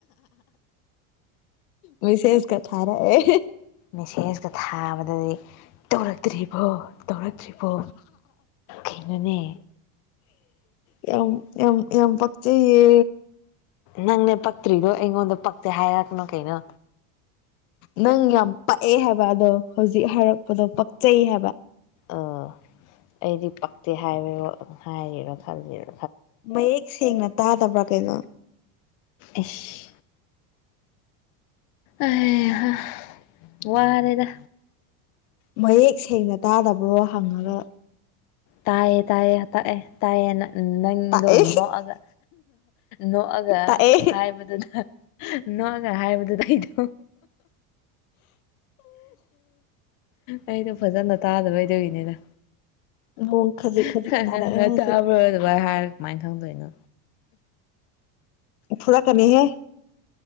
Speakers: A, on the left; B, on the left.
A: ꯃꯦꯁꯦꯁ ꯀ ꯊꯥꯔꯛꯑꯦ꯫
B: ꯃꯦꯁꯦꯖꯀ ꯊꯥꯕꯗꯗꯤ ꯇꯧꯔꯛꯇ꯭ꯔꯤꯕꯣ꯫ ꯇꯧꯔꯛꯇ꯭ꯔꯤꯕꯣ ꯀꯩꯅꯣꯅꯦ
A: ꯌꯥꯝ ꯌꯥꯝ ꯌꯥꯝ ꯄꯛꯆꯩꯌꯦ
B: ꯅꯪꯅꯦ ꯄꯛꯇ꯭ꯔꯤꯗꯣ ꯑꯩꯉꯣꯟꯗ ꯄꯛꯇꯦ ꯍꯥꯏꯔꯛꯅꯨ ꯀꯩꯅꯣ
A: ꯅꯪ ꯌꯥꯝ ꯄꯛꯑꯦ ꯍꯥꯏꯕ ꯑꯗꯣ ꯍꯧꯖꯤꯛ ꯍꯥꯏꯔꯛꯄꯗꯣ ꯄꯛꯆꯩ ꯍꯥꯏꯕ
B: ꯑꯥ ꯑꯩꯗꯤ ꯄꯛꯇꯦ ꯍꯥꯏꯕꯔꯣ ꯍꯥꯏꯔꯤꯔꯣ ꯈꯜꯂꯤꯔꯣ
A: ꯃꯌꯦꯛ ꯁꯦꯡꯅ ꯇꯥꯗꯕ꯭ꯔꯥ ꯀꯩꯅꯣ
B: ꯑꯦꯁ ꯑꯩꯍꯥ ꯋꯥꯔꯦꯗ
A: ꯃꯌꯦꯛ ꯁꯦꯡꯅ ꯇꯥꯗꯕ꯭ꯔꯣ ꯍꯪꯉꯒ
B: ꯇꯥꯏꯌꯦ ꯇꯥꯏꯌꯦ ꯇꯥꯛꯑꯦ ꯇꯥꯏꯌꯦꯅꯥ ꯅꯪꯗꯣ
A: ꯇꯥꯛꯑꯦ
B: ꯅꯣꯛꯑꯒ ꯅꯣꯛꯑꯒ
A: ꯇꯥꯛꯑꯦ
B: ꯍꯥꯏꯕꯗꯨꯅ ꯅꯣꯛꯑꯒ ꯍꯥꯏꯕꯗꯨ ꯑꯩꯗꯣ ꯑꯩꯗꯣ ꯐꯖꯅ ꯇꯥꯗꯕꯩ ꯑꯗꯨꯒꯤꯅꯤꯗ
A: <unintelligible>
B: <unintelligible>
A: ꯈꯖꯤꯛ ꯇꯥꯔꯛꯑꯦ ꯍꯧꯖꯤꯛ
B: ꯇꯥꯕ꯭ꯔ ꯑꯗꯨꯃꯥꯐ ꯍꯥꯏꯔ ꯀꯃꯥꯏꯅ ꯈꯪꯗꯣꯏꯅꯣ
A: ꯐꯨꯔꯛꯀꯅꯤꯍꯦ